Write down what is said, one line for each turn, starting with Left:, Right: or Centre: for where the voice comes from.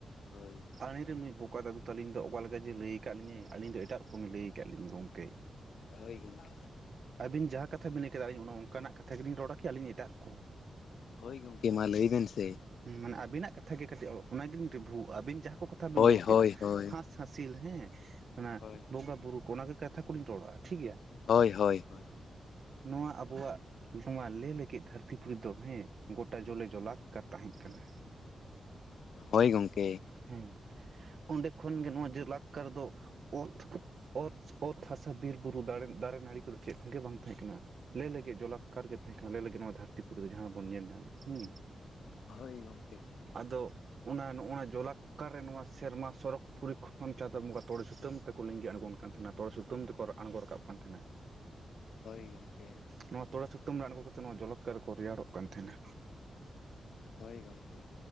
Left: ᱦᱳᱭ᱾
Right: ᱟᱞᱮᱨᱮᱱ ᱱᱩᱭ ᱵᱚᱠᱟ ᱫᱟᱫᱩ ᱛᱟᱹᱞᱤᱧ ᱫᱚ ᱚᱠᱟ ᱞᱮᱠᱟ ᱡᱮ ᱞᱟᱹᱭ ᱟᱠᱟᱫ ᱞᱤᱧᱟᱹᱭ ᱟᱹᱞᱤᱧ ᱫᱚ ᱮᱴᱟᱜ ᱨᱚᱠᱚᱢᱮᱭ ᱞᱟᱹᱭ ᱟᱠᱟᱫ ᱞᱤᱧᱟᱹ ᱜᱚᱢᱠᱮ᱾
Left: ᱦᱳᱭ ᱜᱚᱝᱠᱮ᱾
Right: ᱟᱹᱵᱤᱱ ᱡᱟᱦᱟᱸ ᱠᱟᱛᱷᱟ ᱵᱤᱱ ᱞᱟᱹᱭ ᱠᱮᱫᱟ ᱟᱞᱤᱧ ᱚᱱᱠᱟᱱᱟᱜ ᱠᱟᱛᱷᱟ ᱜᱮᱞᱤᱧ ᱨᱚᱲᱟ ᱠᱤ ᱟᱹᱞᱤᱧ ᱮᱴᱟᱜ ᱨᱚᱠᱚᱢ?
Left: ᱦᱳᱭ ᱜᱚᱝᱠᱮ ᱢᱟ ᱞᱟᱹᱭ ᱵᱮᱱ ᱥᱮ᱾
Right: ᱢᱟᱱᱮ ᱟᱹᱵᱤᱱᱟᱜ ᱠᱟᱛᱷᱟ ᱜᱮ ᱠᱟᱹᱴᱤᱡ ᱚᱱᱟ ᱜᱮ ᱞᱤᱧ ᱨᱤᱵᱷᱩᱜᱼᱟ ᱟᱹᱵᱤᱱ ᱡᱟᱦᱟᱸ ᱠᱚ ᱠᱟᱛᱷᱟ ᱵᱤᱱ
Left: ᱦᱳᱭ
Right: ᱞᱟᱹᱭ ᱠᱮᱫ,
Left: ᱦᱳᱭ ᱦᱳᱭ
Right: ᱦᱟᱸᱥ ᱦᱟᱸᱥᱤᱞ ᱦᱮᱸ ᱚᱱᱟ
Left: ᱦᱳᱭ
Right: ᱵᱚᱸᱜᱟ ᱵᱩᱨᱩ ᱠᱚ, ᱚᱱᱟ ᱜᱮ ᱠᱟᱛᱷᱟ ᱠᱚᱞᱤᱧ ᱨᱚᱲᱟ ᱴᱷᱤᱠ ᱜᱮᱭᱟ᱾
Left: ᱦᱳᱭ ᱦᱳᱭ ᱦᱳᱭ᱾
Right: ᱱᱚᱣᱟ ᱟᱵᱚᱣᱟᱜ ᱱᱚᱣᱟ ᱞᱮ ᱞᱮᱸᱜᱮᱫ ᱫᱷᱟᱹᱨᱛᱤ ᱯᱩᱨᱤ ᱫᱚ ᱦᱮᱸ ᱜᱚᱴᱟ ᱡᱚᱞᱮ ᱡᱚᱞᱟᱠᱠᱟᱨ ᱛᱟᱦᱮᱸ ᱠᱟᱱᱟ᱾
Left: ᱦᱳᱭ ᱜᱚᱝᱠᱮ᱾
Right: ᱦᱩᱸ, ᱚᱸᱰᱮ ᱠᱷᱚᱱ ᱜᱮ ᱱᱚᱣᱟ ᱡᱮᱞᱟᱠᱠᱟᱨ ᱫᱚ ᱚᱛ, ᱚᱛ, ᱚᱛ ᱦᱟᱥᱟ ᱵᱤᱨ ᱵᱩᱨᱩ ᱫᱟᱨᱮ ᱫᱟᱨᱮ ᱱᱟᱹᱲᱤ ᱠᱚᱫᱚ ᱪᱮᱫ ᱦᱚᱸᱜᱮ ᱵᱟᱝ ᱛᱟᱦᱮᱸ ᱠᱟᱱᱟ᱾ ᱞᱮ-ᱞᱮᱸᱜᱮᱫ ᱡᱚᱞᱞᱟᱠᱟᱨ ᱜᱮ ᱛᱟᱦᱮᱸ ᱠᱟᱱᱟ ᱞᱮ-ᱞᱮᱸᱜᱮᱫ ᱱᱚᱣᱟ ᱫᱷᱟᱹᱨᱛᱤ ᱯᱩᱨᱤ ᱫᱚ ᱡᱟᱦᱟᱸ ᱵᱚᱱ ᱧᱮᱞ ᱧᱟᱢᱮᱫ ᱦᱩᱸ᱾
Left: ᱦᱳᱭ ᱜᱚᱝᱠᱮ᱾
Right: ᱟᱫᱚ ᱚᱱᱟ, ᱱᱚᱣᱟ ᱡᱚᱞᱟᱠᱠᱟᱨ ᱨᱮ ᱱᱚᱣᱟ ᱥᱮᱨᱢᱟ ᱥᱚᱨᱚᱠ ᱯᱚᱨᱤᱠᱷᱚᱱ ᱪᱟᱸᱫ ᱵᱚᱸᱜᱟ ᱛᱚᱲᱮ ᱥᱩᱛᱟᱹᱢ ᱛᱮᱠᱚ ᱞᱤᱜᱤ ᱟᱬᱜᱚᱱ ᱠᱟᱱ ᱛᱟᱸᱦᱮᱱᱟ, ᱛᱚᱲᱮ ᱥᱩᱛᱟᱹᱢ ᱛᱮᱠᱚ ᱟᱬᱜᱚ ᱨᱟᱠᱟᱵ ᱠᱟᱱ ᱛᱟᱸᱦᱮᱱᱟ᱾
Left: ᱦᱳᱭ ᱜᱚᱝᱠᱮ᱾
Right: ᱱᱚᱣᱟ ᱛᱚᱲᱮ ᱥᱩᱛᱟᱹᱢ ᱨᱮ ᱟᱬᱜᱚ ᱠᱟᱛᱮ ᱱᱚᱣᱟ ᱡᱚᱞᱚᱠᱠᱟᱨ ᱠᱚ ᱨᱮᱭᱟᱲᱚᱜ ᱠᱟᱱ ᱛᱟᱸᱦᱮᱱᱟ᱾
Left: ᱦᱳᱭ ᱜᱚᱝᱠᱮ᱾